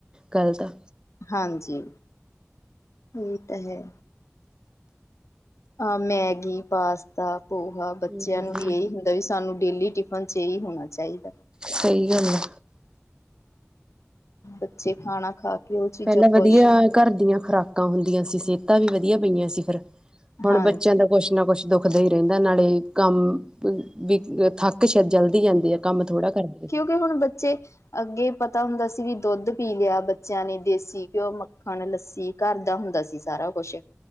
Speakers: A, on the right; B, on the left.
A: ਗੱਲ ਦਾ
B: ਹਾਂਜੀ ਇਹ ਤਾਂ ਹੈ। ਆ ਮੈਗੀ, ਪਾਸਤਾ, ਪੋਹਾ, ਬੱਚਿਆਂ
A: ਹੂੰ
B: ਨੂੰ ਵੀ ਇਹੀ ਹੁੰਦਾ ਵੀ ਸਾਨੂੰ ਡੇਲੀ ਟਿਫਨ ਚ ਹੀ ਹੋਣਾ ਚਾਹੀਦਾ।
A: ਸਹੀ ਗੱਲ ਐ।
B: ਬੱਚੇ ਖਾਣਾ ਖਾ ਕੇ ਉਹ ਚੀਜ਼ਾਂ
A: ਪਹਿਲਾਂ ਵਧੀਆ
B: ਖੁਸ਼
A: ਘਰ ਦੀਆਂ ਖੁਰਾਕਾਂ ਹੁੰਦੀਆਂ ਸੀ ਸਿਹਤਾਂ ਵੀ ਵਧੀਆ ਪਈਆਂ ਸੀ ਫਿਰ ਹੁਣ
B: ਹਾਂਜੀ
A: ਬੱਚਿਆਂ ਦਾ ਕੁਛ ਕਿੰਨਾ ਕੁਛ ਦੁੱਖਦਾ ਹੀ ਰਹਿੰਦਾ ਨਾਲੇ ਕੰਮ ਵੀ ਥੱਕ ਸ਼ਾਇਦ ਜਲਦੀ ਆਂਦੀ ਕੰਮ ਥੋੜਾ ਕਰਦੀ
B: ਕੇ ਹੁਣ ਬੱਚੇ ਅੱਗੇ ਪਤਾ ਹੁੰਦਾ ਸੀ ਵੀ ਦੁੱਧ, ਪੀ ਲਿਆ ਬੱਚਿਆਂ ਨੇ ਦੇਸੀ ਘਿਓ ਮੱਖਣ, ਲੱਸੀ, ਘਰ ਦਾ ਹੁੰਦਾ ਸੀ ਸਾਰਾ ਕੁਛ‌।